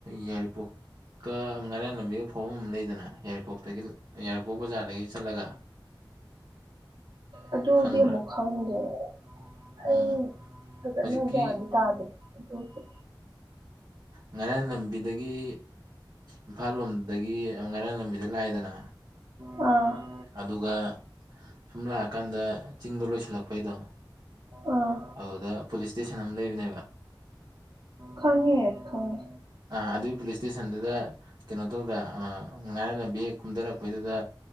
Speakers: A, on the right; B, on the right.
A: ꯌꯥꯏꯔꯤꯄꯣꯛꯀ ꯉꯔꯦꯟ ꯂꯝꯕꯤꯒꯤ ꯐꯧꯕ ꯑꯃ ꯂꯩꯗꯅ ꯌꯥꯏꯔꯤꯄꯣꯛꯇꯒꯤ ꯌꯥꯏꯔꯤꯄꯣꯛ ꯕꯖꯥꯔꯗꯒꯤ ꯆꯠꯂꯒ
B: ꯑꯗꯨꯗꯤ
A: ꯈꯪꯕ꯭ꯔꯥ
B: ꯑꯃꯨꯛ ꯈꯪꯗꯦ ꯑꯩ
A: ꯑꯣ
B: ꯐꯖꯅ
A: ꯍꯧꯖꯤꯛꯀꯤ
B: ꯒ꯭ꯌꯥꯟꯗꯤ ꯇꯥꯗꯦ ꯑ ꯑꯣꯀꯦ
A: ꯉꯔꯥꯡ ꯂꯝꯕꯤꯗꯒꯤ ꯏꯝꯐꯥꯜ ꯂꯣꯝꯗꯒꯤ ꯉꯔꯥꯡ ꯂꯝꯕꯤꯗ ꯂ ꯍꯥꯏꯗꯅ
B: ꯑꯥ
A: ꯑꯗꯨꯒ ꯁꯨꯝ ꯂꯥꯛꯑꯀꯥꯟꯗ ꯆꯤꯡꯗ ꯂꯣꯏꯁꯤꯜꯂꯛꯄꯩꯗ
B: ꯑꯥ
A: ꯑꯗꯨꯗ ꯄꯨꯂꯤꯁ ꯏꯁꯇꯦꯁꯟ ꯑꯃ ꯂꯩꯕꯅꯦꯕ
B: ꯈꯪꯉꯦ ꯈꯪꯉꯦ
A: ꯑ ꯑꯗꯨꯗꯤ ꯄꯨꯂꯤꯁ ꯏꯁꯇꯦꯁꯟꯗꯨꯗ ꯀꯩꯅꯣ ꯇꯧꯗ꯭꯭ꯔꯥ ꯑ ꯉꯥꯏꯔꯅ ꯚꯦꯛ ꯀꯨꯝꯊꯔꯛꯄꯩꯗꯨꯗ